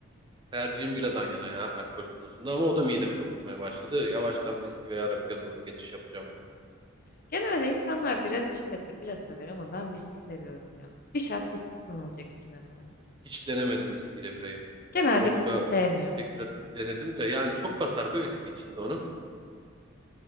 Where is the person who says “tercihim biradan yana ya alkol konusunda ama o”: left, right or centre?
Right